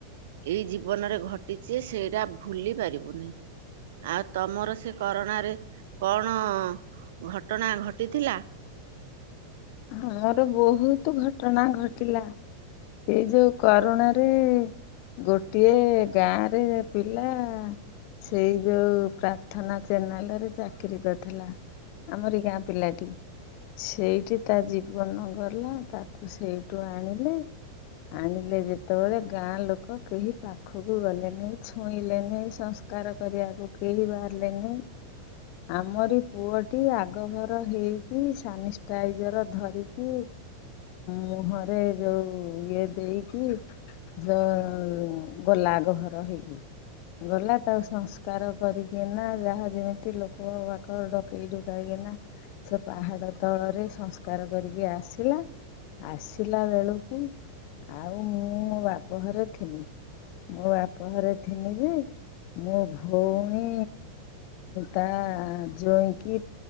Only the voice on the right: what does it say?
ଏଇ ଜୀବନରେ ଘଟିଛି ସେଇଟା ଭୁଲି ପାରିବୁନି। ଆଉ ତମର ସେ କରୋନାରେ କଣ ଘଟଣା ଘଟିଥିଲା?